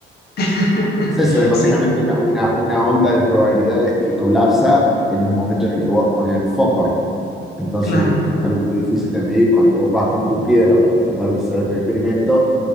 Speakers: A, on the left; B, in the centre.
A: <laughs>
B: Es eso, es básicamente
A: Sí,
B: una, una, una onda de probabilidades que colapsa en el momento en el que vos pones el foco ahí. Entonces,
A: claro.
B: algo muy difícil de medir cuando vos vas con tu piedra para tratar de hacer un experimento,